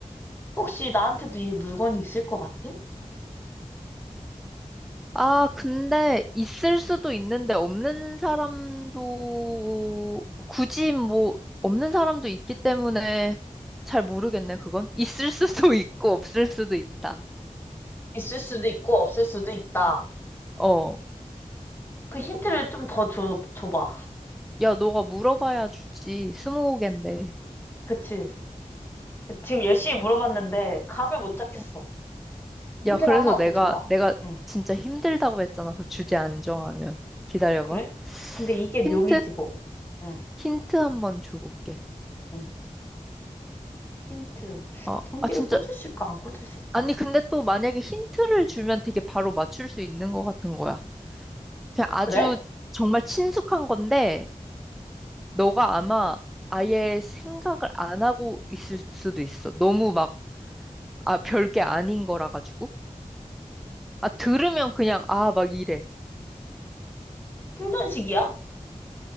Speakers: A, on the left; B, in the centre.
A: 혹시 나한테도 이 물건이 있을 것 같아?
B: 아, 근데 있을 수도 있는데 없는 사람도 굳이 뭐 없는 사람도 있기 때문에 잘 모르겠네, 그건. 있을 수도 <laughs> 있고 없을 수도 있다.
A: 있을 수도 있고, 없을 수도 있다.
B: 어.
A: 그 힌트를 좀 더 줘, 줘봐.
B: 야, 너가 물어봐야 주지. 스무고갠데.
A: 그치? 지금 열심히 물어봤는데, 감을 못 잡겠어.
B: 어.
A: 힌트를
B: 야, 그래서
A: 하나
B: 내가
A: 더 줘봐.
B: 내가
A: 응.
B: 진짜 힘들다고 했잖아. 그 주제 안 정하면. 기다려봐.
A: 그래? 근데 이게
B: 힌트?
A: 묘미지 뭐. 응,
B: 힌트 한번 줘볼게.
A: 응. 힌트.
B: 어,
A: 전기를
B: 아, 진짜.
A: 꽂을 수 있고, 안 꽂을 수 있다.
B: 아니, 근데 또 만약에 힌트를 주면 되게 바로 맞출 수 있는 것 같은 거야. 그냥 아주
A: 그래?
B: 정말 친숙한 건데, 너가 아마 아예 생각을 안 하고 있을 수도 있어. 너무 막, 아, 별게 아닌 거라 가지고. 아, 들으면 그냥, 아, 막 이래.
A: 충전식이야?